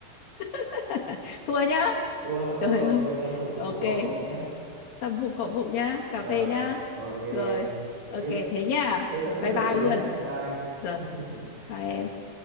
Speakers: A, on the left; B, on the right.
A: <laughs> thua nhá
B: thua thua
A: trời
B: ok
A: ơi
B: tâm phục
A: ok
B: phục khẩu phục nhá
A: tâm phục khẩu phục nhá
B: rồi
A: cà phê nhá
B: ok
A: rồi ok
B: thế
A: thế nhá
B: thế sắp xếp
A: bye
B: lịch
A: bye
B: đi
A: luôn
B: nhá bye bye
A: được
B: <laughs>
A: bye em